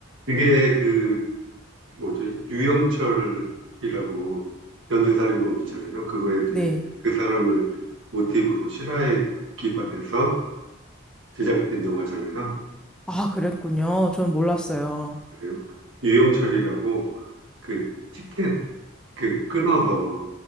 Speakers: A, on the right; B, in the centre.
A: 그게 그, 뭐죠, 유영철이라고 연쇄살인범 있잖아요. 그거에 대해
B: 네.
A: 그 사람을 모티브로 실화에 기반해서 제작된 영화잖아요.
B: 아, 그랬군요. 전 몰랐어요.
A: 그래요. 유영철이라고 그 티켓 그 끊어서